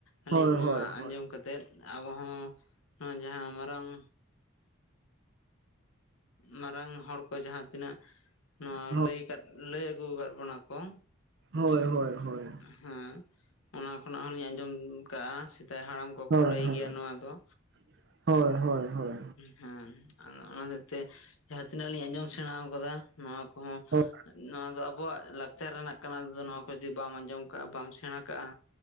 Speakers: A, on the left; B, on the right.
A: ᱟᱹᱞᱤᱧ
B: ᱦᱳᱭ
A: ᱱᱚᱣᱟ
B: ᱦᱳᱭ ᱦᱳᱭ ᱦᱳᱭ
A: ᱟᱸᱡᱚᱢ ᱠᱟᱛᱮᱫ, ᱟᱵᱚ ᱦᱚᱸ ᱱᱚᱣᱟ ᱡᱟᱦᱟᱸ ᱢᱟᱨᱟᱝ ᱢᱟᱨᱟᱝ ᱦᱚᱲ ᱠᱚ ᱡᱟᱦᱟᱸ ᱛᱤᱱᱟᱹᱜ ᱱᱚᱣᱟ
B: ᱦᱳᱭ
A: ᱞᱟᱹᱭ ᱠᱟᱫ ᱞᱟᱹᱭ ᱟᱹᱜᱩ ᱟᱠᱟᱫ ᱵᱚᱱᱟ ᱠᱚ᱾
B: ᱦᱳᱭ ᱦᱳᱭ ᱦᱳᱭ᱾
A: ᱦᱮᱸ ᱚᱱᱟ ᱠᱷᱚᱱᱟᱜ ᱦᱚᱞᱤᱧ ᱟᱸᱡᱚᱢ ᱟᱠᱟᱜᱼᱟ ᱥᱮᱫᱟᱭ ᱦᱟᱲᱟᱢ ᱠᱚᱠᱚ
B: ᱦᱳᱭ
A: ᱞᱟᱹᱭ
B: ᱦᱳᱭ
A: ᱜᱮᱭᱟ ᱱᱚᱣᱟ ᱫᱚ
B: <inaudible> ᱦᱳᱭ ᱦᱳᱭ ᱦᱳᱭ᱾
A: ᱦᱮᱸ ᱟᱫᱚ ᱚᱱᱟ ᱦᱚᱛᱮᱜ ᱛᱮ ᱡᱟᱦᱟᱸ ᱛᱤᱱᱟᱹᱜ ᱞᱤᱧ ᱟᱸᱡᱚᱢ ᱥᱮᱬᱟ ᱟᱠᱟᱫᱟ ᱱᱚᱣᱟ ᱠᱚᱦᱚᱸ
B: ᱦᱳᱭ
A: <inaudible> ᱱᱚᱣᱟ ᱫᱚ ᱟᱵ ᱟᱵᱚᱣᱟᱜ ᱞᱟᱠᱪᱟᱨ ᱨᱮᱱᱟᱜ ᱠᱟᱱᱟ ᱱᱚᱣᱟ ᱠᱚ ᱡᱩᱫᱤ ᱵᱟᱢ ᱟᱸᱡᱚᱢ ᱠᱟᱜᱼᱟ ᱵᱟᱢ ᱥᱮᱬᱟ ᱠᱟᱜᱼᱟ,